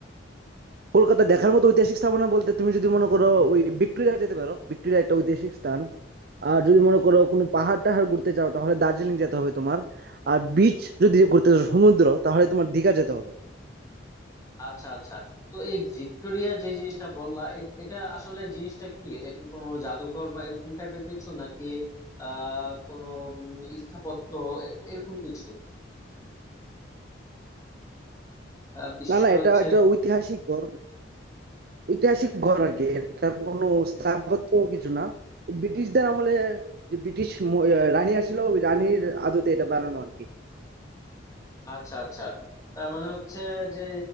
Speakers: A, on the right; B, on the left.
A: কলকাতা দেখার মতো ঐতিহাসিক স্থাপনা বলতে তুমি যদি মনে করো ওই ভিক্টোরিয়া যেতে পারো ভিক্টোরিয়া একটা ঐতিহাসিক স্থান আর যদি মনে করো কোনো পাহাড় টাহাড় ঘুরতে চাও তাহলে দার্জিলিং যেতে হবে তোমার আর বিচ যদি ঘুরতে চাও সমুদ্র তাহলে তোমার দীঘা যেতে হবে
B: আচ্ছা আচ্ছা তো এই ভিক্টোরিয়া যে জিনিসটা বললা এ- এটা আসলে জিনিসটা কি এটা কি কোনো জাদুঘর বা এরকম টাইপের কিছু নাকি আহ কোনো উম, স্থাপত্য এ- এরকম কিছু আহ, বিশেষ
A: না না
B: করে
A: এটা
B: হচ্ছে
A: একটা ঐতিহাসিক ঘর ঐতিহাসিক ঘর আর কি এটা কোনো স্থাপত্য কিছু না ব্রিটিশদের আমলে যে ব্রিটিশ ম- আহ রানী আসছিল ওই রানীর আদতে এটা বানানো আর কি
B: আচ্ছা আচ্ছা তার মানে হচ্ছে যে